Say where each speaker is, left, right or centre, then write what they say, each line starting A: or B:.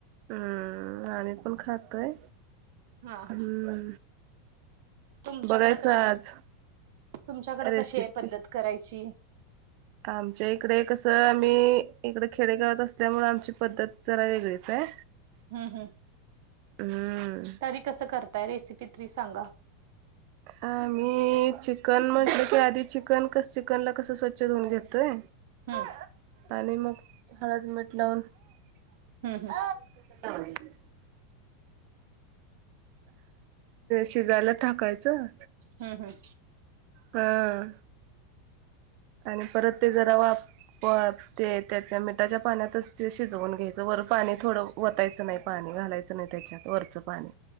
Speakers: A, on the right; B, on the right.
A: हम्म आम्ही पण खातोय
B: हा हा
A: हम्म
B: तुमच्याकडं
A: बघायचं
B: कशी
A: आज
B: आहे तुमच्याकडं
A: रेसिपी
B: कशी आहे पद्धत करायची
A: आमच्या इकडे कसं आम्ही इकडे खेडेगावात असल्यामुळं आमची पद्धत जरा वेगळीच आहे
B: हम्म हम्म
A: हम्म
B: तरी कसं करताय रेसिपी तरी सांगा
A: आम्ही चिकन म्हटलं की आधी चिकन कसं चिकनला कसं स्वच्छ धुवून घेतोय
B: हम्म.
A: आणि मग हळद मीठ लावून <unintelligible>
B: हम्म हम्म.
A: शिजायला टाकायचं
B: हम्म हम्म
A: हं आणि परत ते जरा वाप प ते त्याच्या मिठाच्या पाण्यातच ते शिजवून घ्यायचं वर पाणी थोडं वतायचं नाही पाणी घालायचं नाही त्याच्यात वरचं पाणी